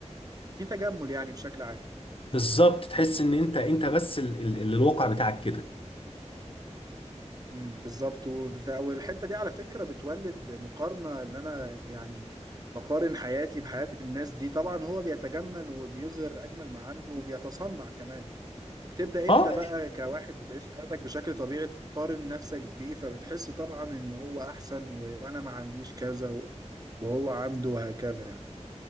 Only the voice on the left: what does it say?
بالظبط تحس إن أنت أنت بس ال- ال- اللي الواقع بتاعك كده
أه